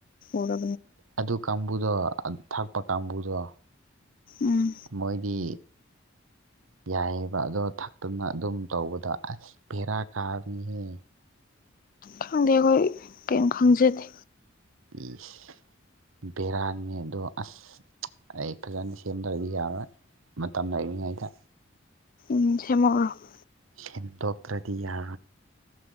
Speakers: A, on the left; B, on the right.
A: ꯎꯔ
B: ꯑꯗꯨ ꯀꯥꯡꯕꯨꯗꯣ ꯊꯛꯄ ꯀꯥꯡꯕꯨꯗꯣ
A: ꯎꯝ
B: ꯃꯣꯏꯗꯤ꯫ ꯌꯥꯏꯑꯕ ꯑꯗꯣ ꯊꯛꯇꯅ ꯑꯗꯨꯝ ꯇꯧꯕꯗꯣ ꯑꯁ ꯚꯦꯔꯥ ꯀꯥꯕꯅꯤꯍꯦ꯫
A: ꯈꯪꯗꯦ ꯑꯩꯈꯣꯏ ꯀꯔꯤꯝ ꯈꯪꯖꯗꯦ꯫
B: ꯄꯤꯁ ꯕꯦꯔꯥꯅꯤ ꯑꯗꯣ ꯑꯁ ꯑꯩ ꯐꯖꯅ ꯁꯦꯝꯗ꯭ꯔꯗꯤ ꯌꯥꯔꯣꯏ ꯃꯇꯝ ꯂꯩꯔꯤꯉꯩꯗ꯫
A: <unintelligible>
B: ꯍꯦꯟꯗꯣꯇ꯭ꯔꯗꯤꯌꯥ